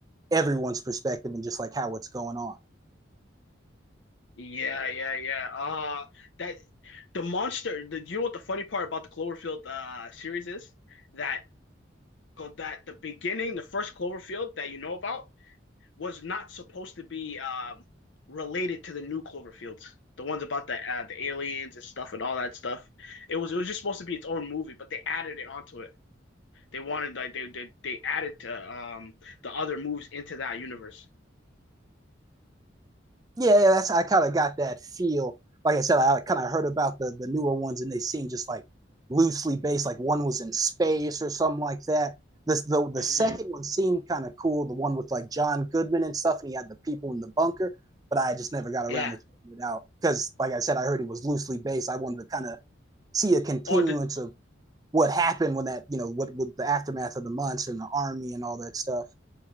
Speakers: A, on the right (about 20°); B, on the left (about 75°).
A: everyone's perspective and just like how it's going on.
B: Yeah, yeah, yeah. Uh that the monster, the you know what the funny part about the Cloverfield uh series is? That that the beginning, the first Cloverfield that you know about was not supposed to be um related to the new Cloverfields. The ones about the uh, the aliens and stuff and all that stuff. It was it was just supposed to be its own movie, but they added it onto it. They wanted like they they, they added to um the other movies into that universe.
A: Yeah, yeah, that's I kind of got that feel. Like I said, I kind of heard about the the newer ones and they seem just like loosely based. Like one was in space or something like that. This the the
B: hmm
A: second one seemed kind of cool. The one with like John Goodman and stuff, and he had the people in the bunker. But I just never got around
B: Yeah.
A: to checking it out because, like I said, I heard it was loosely based. I wanted to kind of see a continuance
B: Oh, the
A: of what happened when that you know what with the aftermath of the months and the army and all that stuff.